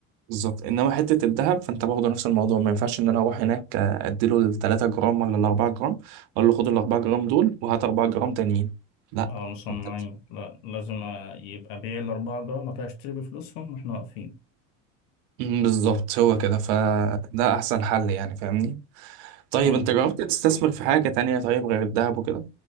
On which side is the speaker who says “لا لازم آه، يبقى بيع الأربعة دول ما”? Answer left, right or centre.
Left